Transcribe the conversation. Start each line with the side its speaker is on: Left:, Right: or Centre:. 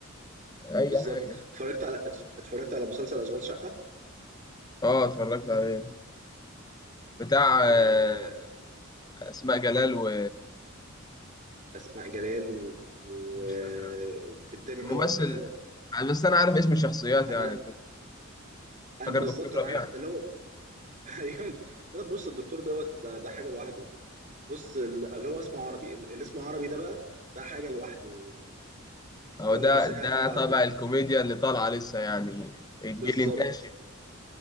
Left: اي
Right: بالظبط
Left: حاجة
Right: اتفرجت على اتفرجت على مسلسل اشغال شقه
Left: اه اتفرجت عليه بتاع آه،
Right: آه
Left: اسماء جلال و
Right: اسماء جلال والتاني و... و-
Left: مش
Right: آه،
Left: فاكر
Right: التاني اللي
Left: الممثل
Right: هو طالع
Left: بس انا عارف اسم الشخصيات
Right: انا
Left: يعني
Right: انا
Left: فاكر
Right: بالظبط
Left: دكتور ربيع
Right: انا عارف اللي هو <laughs> ايوه لا بص الدكتور دوت ده حاجه لوحده بص ال- اللي هو اسمه عربي ال- اللي اسمه عربي ده بقى ده حاجه لوحده اللي
Left: هو
Right: هو
Left: ده
Right: المساعد
Left: ده
Right: بتاع
Left: طبع
Right: الدكتور
Left: الكوميديا اللي طالعه لسه يعني الجيل
Right: بالظبط
Left: الناشئ